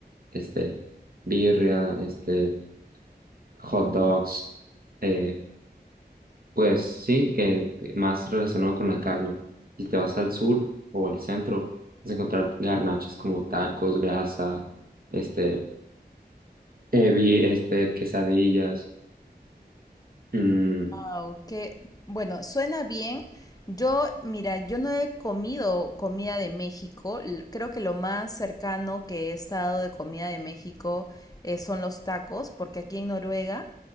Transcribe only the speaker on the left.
Wow, que bueno, suena bien. Yo, mira, yo no he comido comida de México. L- Creo que lo más cercano que he estado de comida de México eh, son los tacos, porque aquí en Noruega